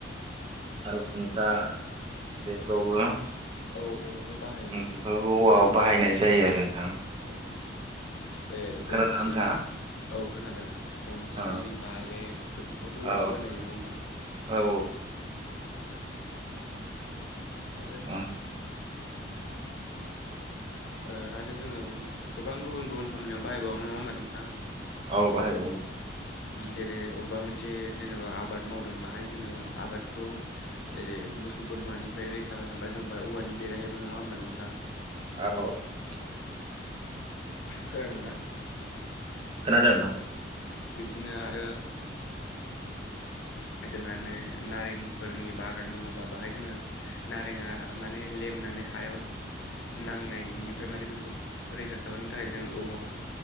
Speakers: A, on the right; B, on the left.
A: साल खुन्था बेफोरावबो
B: औ औवाखौ बाहायोना
A: बे औवायाव बाहायनाय जायो आरो नोंथां।
B: औ बे गनसि
A: खोनादोंना नोंथाङा?
B: औ खोनादों गनसि
A: औ
B: बालेब बेफोरखौथ औवाजों
A: औ
B: बायनाय नङा होमबा?
A: औ।
B: <inaudible> आरो
A: उम
B: ओ आरो जोङो गोबां गुबुन गुबुन खामानियाव बाहायबावो नङा होमबा नोंथां?
A: औ बाहाय बावो ।
B: जेरै अबबा मोनसे जेनेबा आबाद मावदों बाहाय जोङो आबादखौ जेरै मोसौ बोरमानिफ्राय रैखा होनोबा जेनबा औवानि बेरायहैबो नङा होमबा नोंथां?
A: औ औ ।
B: खोनादोंना?
A: खोनादों नोंथां
B: औ बिबदिनो आरो जोंहानो नारेंफोरनि बागान दङबा बाहाय जोङो नारेंआ माने लेम नानै हायाव नांनायनिफ्राय माने बेखौ रैखा खालामनो थाखाय जों औवा